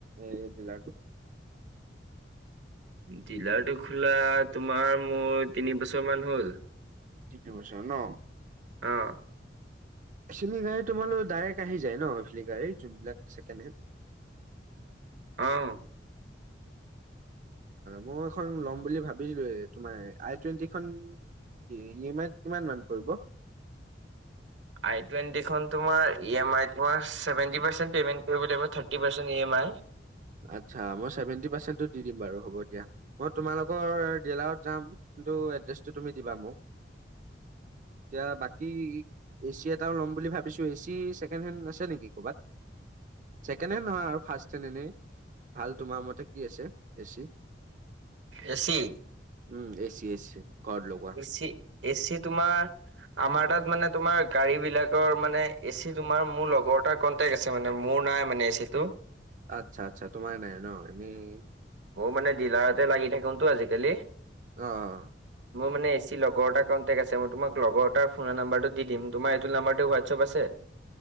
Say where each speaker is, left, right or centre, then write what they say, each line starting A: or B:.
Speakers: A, on the right (about 45°); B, on the right (about 85°).
A: এই ডিলাৰ টো?
B: ডিলাৰটো খোলাৰ তোমাৰ মোৰ তিনি বছৰ মান হ'ল।
A: তিনিবছৰ ন?
B: অ
A: চিনি গাড়ী তোমোলৈ ডাইৰেক্ট আহি যায় ন? চিনি গাড়ী যোনবিলাক ছেকেড হেণ্ড।
B: অঁ।
A: মই এখন লম বুলি ভাবিলোঁৱেই তোমাৰ, আই টুৱেণ্টিখন। মিনিমান কিমান মান পৰিব?
B: আই টুৱেণ্টিখন তোমাৰ ই এম আই তোমাৰ, চেভেণ্টি পাৰ্চেণ্ট পে'মেণ্ট কৰিব লাগিব। Thirty percent E M I.
A: আচ্ছা, মই চেভেন্টি পাৰ্চেন্টো দি দিম বাৰু হ'ব দিয়া। মই তোমালোকৰ দিলাৰত যাম কিন্তু এড্ৰেছটো তুমি দিবা মোক।
B: <inaudible>
A: এতিয়া বাকী এ চি এটাও ল'ম বুলি ভাবিছো, এ চি ছেকেণ্ড হেণ্ড আছে নেকি ক'ৰবাত? ছেকেড হেণ্ড নহয় আৰু ফাৰ্ষ্ট হেণ্ড এনেই। ভাল তোমাৰ মতে কি আছে A C?
B: A C.
A: Um, A C, A C <unintelligible>
B: A C, A C তোমাৰ আমাৰ তাত মানে তোমাৰ গাড়ী বিলাকৰ মানে এ চি তোমাৰ মোৰ লগৰটা <unintelligible> আছে মানে মোৰ নাই মানে এ চি টো।
A: আচ্ছা আচ্ছা, তোমাৰ নাই ন এনেই
B: মইও মানে ডিলাৰতে লাগি থাকো তো আজিকালি।
A: অ'।
B: মোৰ মানে এচি লগৰ এটা কণ্টেক্ট আছে, তোমাক লগৰ এটাৰ ফোনৰ নম্বাৰটো দি দিম তোমাৰ এইটো নাম্বাৰটো হোৱাটছআপ আছে? <inaudible>